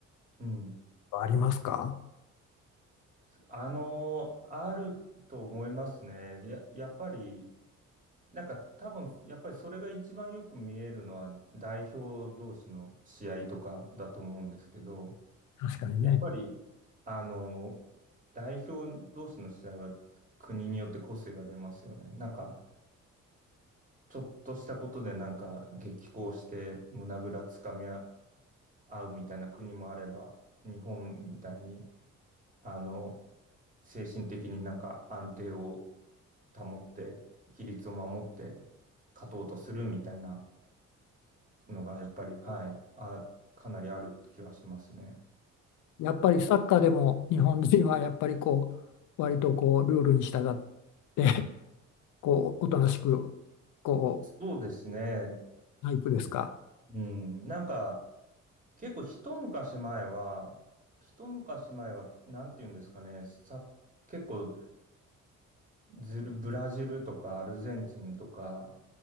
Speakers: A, on the right; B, on the left.
A: うん。
B: ありますか
A: あの、あると思いますね。や、やっぱり、なんか多分、やっぱりそれが一番よく見えるのは代表同士の試合とかだと思うんですけど、
B: 確かにね。
A: やっぱり、あの、代表同士の試合は国によって個性が出ますよね。なんか、ちょっとしたことでなんか激高して胸ぐらつかみ合合うみたいな国もあれば、日本みたいに、あの、精神的になんか安定を保って、規律を守って勝とうとするみたいなのが、やっぱり、はい、あ、かなりある気はしますね。
B: やっぱりサッカーでも日本人はやっぱりこう割とこうルールに従って <laughs> こうおとなしくこ
A: そうですね。
B: うタイプですか、
A: うん。なんか、結構一昔前は、一昔前は、なんていうんですかね、さ、結構ずる、ブラジルとかアルゼンチンとか、